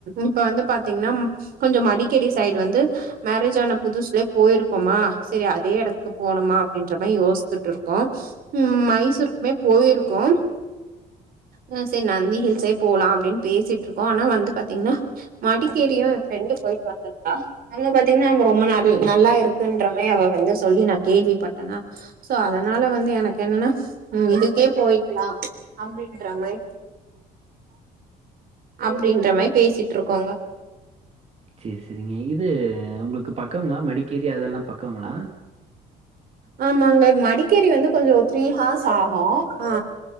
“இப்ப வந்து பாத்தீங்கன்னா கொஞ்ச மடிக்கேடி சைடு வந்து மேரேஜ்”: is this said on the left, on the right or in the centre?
Right